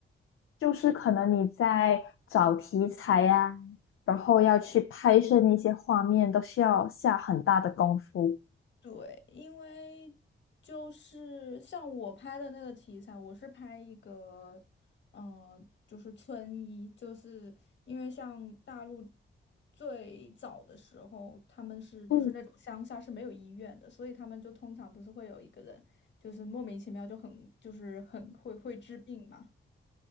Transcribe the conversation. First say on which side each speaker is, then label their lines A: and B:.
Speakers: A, on the left; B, on the left.
A: 就是可能你在找题材呀、然后要去拍摄那些画面，都需要下很大的功夫。
B: 对，因为就是像我拍的那个题材，我是拍一个，嗯，就是村医，就是因为像大陆最早的时候，他们是就是那种乡下是没有医院的，
A: 嗯，
B: 所以他们就通常不是会有一个人，就是莫名其妙就很就是很会会治病嘛，